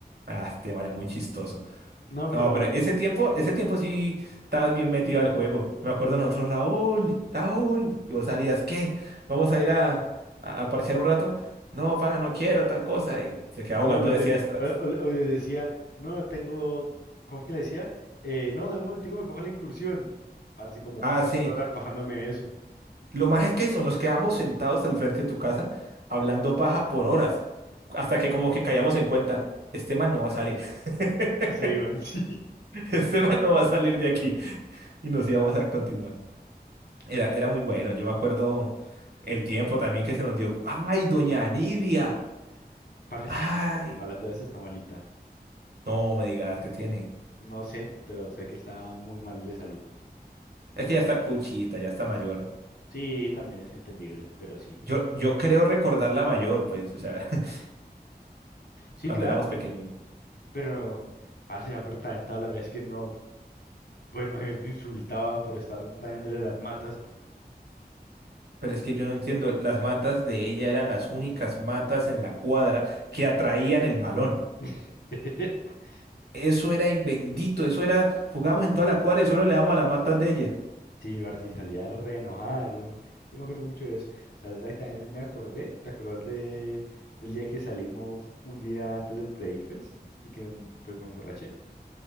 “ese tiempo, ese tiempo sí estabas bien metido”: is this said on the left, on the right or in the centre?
Right